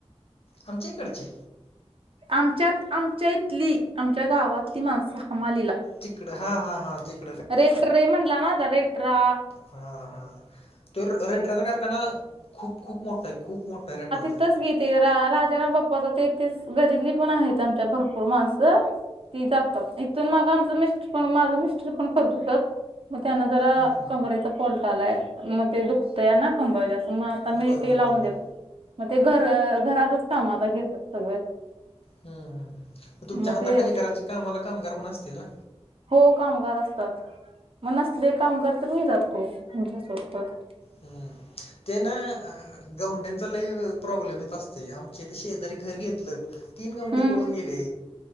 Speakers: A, on the left; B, on the right.
A: आमच्या कडचे
B: आमच्यात आमच्या इथली, आमच्या गावातली माणसं हमालीला
A: तिकडे हा हा हां तिक
B: रेठरे म्हणला ना आता? रेठरा
A: हा हा तो रेटरचा कारख ना खूप खूप मोठा आहे खूप मोठा आहे रेटचा
B: च घेतती राजाम बाप् स्वत तेथेच गरली पण आहेत आमच्या भरपूर मास ती जातात. तर मग आमचं मिस्टर पण, माझ मिस्टर पण करत होतत. मग त्यांना जरा
A: हम्म
B: कमरेचा कोलटालाय मग ते दुखतंय ना कंबर असं मग आता मी
A: हम्म बरोबर
B: हे लावून
A: बरोबर
B: देतो. मग ते घर घरातच काम आता घेतात सगळे
A: हम् हम्म मग तुमच्या
B: मग
A: हाताखाली
B: ते
A: घराचे कामला कामगार पण असतील ना.
B: हो कामगार असतात मग असले कामगार तर मी जातो तुमच्यासोबत
A: हम्म तेन गवंड्यांचा लई प्रॉब्लेमच असतंय. आमच्या इथं शेजारी घर घेतलं. तीन गंडी
B: हम्म
A: पळून गेले